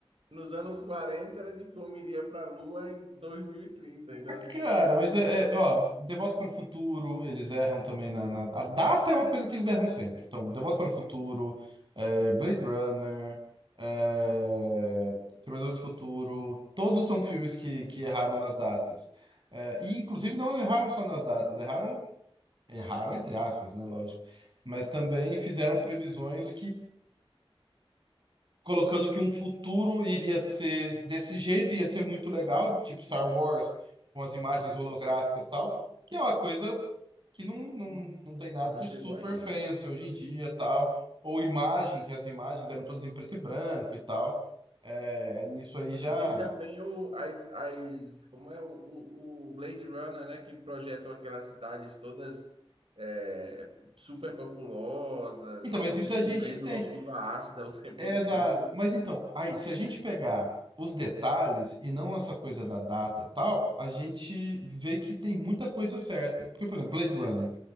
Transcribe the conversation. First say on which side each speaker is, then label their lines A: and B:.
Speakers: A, on the right; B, on the right.
A: nos anos 40 era de que o homem iria para a Lua em 2030. Então, assim,
B: Cara,
A: muito interessante.
B: mas é, é, ó, De Volta para o Futuro, eles erram também na, na- A data é uma coisa que eles erram sempre. Então, De Volta para o Futuro, é, Blade Runner, é, Exterminador do Futuro, todos são filmes que, que erraram nas datas. É, e, inclusive, não erraram só nas datas, erraram, erraram entre aspas, né, lógico. Mas também fizeram previsões colocando que um futuro iria ser desse jeito, ia ser muito legal, tipo Star Wars, com as imagens holográficas e tal, que é uma coisa que não, não, não tem nada
A: Não
B: de
A: chegou
B: super
A: ainda.
B: fancy hoje em dia tal, ou imagem, que as imagens eram todas em preto e branco e tal. É, nisso aí já.
A: E tem também o, as, as, como é o, o, o Blade Runner, né, que projetam aquelas cidades todas é, super populosas
B: Então, mas
A: e
B: isso
A: chovendo,
B: a gente tem.
A: ó, chuva ácida <laughs> o tempo
B: É, exato.
A: todo.
B: Mas então, aí, se a gente pegar os detalhes e não essa coisa da data e tal, a gente vê que tem muita coisa certa. Porque, por exemplo, Blade Runner.